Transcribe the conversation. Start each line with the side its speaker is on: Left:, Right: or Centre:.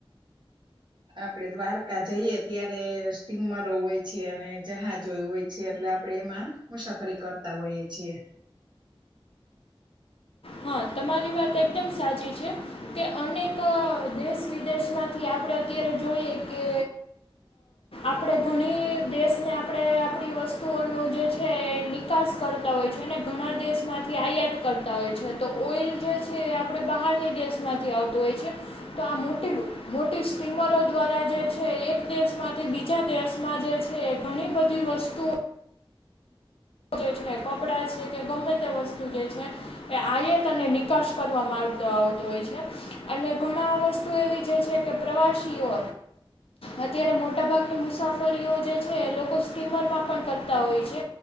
Right: આપડે દ્વારકા જઈએ ત્યારે સ્ટીમરો હોય છે અને જહાજો હોય છે એટલે આપણે એમાં મુસાફરી કરતા હોઈએ છીએ
Left: હા તમારી વાત એકદમ સાચી છે કે અનેક દેશ વિદેશમાંથી આપણે આપણે અત્યારે જોઈએ કે આપણે ઘણી દેશને આપણે આપણી વસ્તુઓનું જે છે નિકાસ કરતા હોય છે અને ઘણા દેશ માંથી આયાત કરતા હોય છે તો ઓઇલ જે છે એ આપણે બહારની દેશમાંથી આવતું હોય છે તો આ મોટી મોટી સ્ટીમરો દ્વારા જે છે એક દેશમાંથી બીજા દેશમાં જે છે ઘણી બધી વસ્તુઓ જે છે કપડા છે કે ગમે તે વસ્તુ જે છે એ આયાત અને નિકાસ કરવામાં આવ આવતો હોય છે અને ઘણા વસ્તુ એવી છે છે કે પ્રવાસીઓ અત્યારે મોટાભાગની મુસાફરીઓ જે છે એ લોકો સ્ટીમરમાં પણ કરતા હોય છે